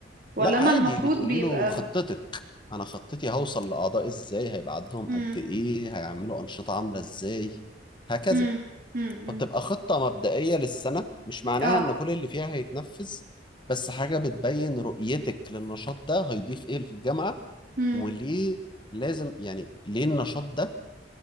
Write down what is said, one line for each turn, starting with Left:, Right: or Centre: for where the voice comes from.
Right: ولا
Left: لا
Right: انا
Left: عادي
Right: المفروض
Left: بتقولي
Right: بيبقى
Left: له خطتك انا خطتي هوصل لاعضاء ازاي هيبقى عددهم
Right: امم
Left: قد ايه هيعملوا انشطه عامله ازاي هكذا
Right: امم امم
Left: فبتبقى خطه مبدئيه للسنه مش معناها
Right: اه
Left: ان كل اللي فيها هيتنفذ بس حاجه بتبين رؤيتك للنشاط ده هيضيف ايه في الجامعه
Right: امم
Left: وليه لازم يعني ليه النشاط ده